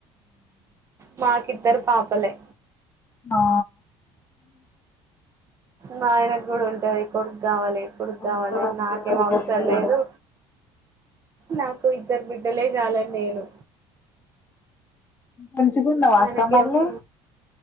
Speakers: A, on the right; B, on the left.
A: మాకి ఇద్దరు పాపలే
B: ఆ
A: మా ఆయనకు కూడా ఉంటాది కొడుకు కావాలి కొడుకు కాావాలని
B: ఉంటదక్క
A: నాకేం
B: ఎవరికైనా
A: అవసరం
B: కూడా
A: లేదు నాకు ఇద్దరు బిడ్డలే చాలనీ నేను
B: మంచిగున్నావ
A: ఆయనకేమో
B: అక్క మళ్ళీ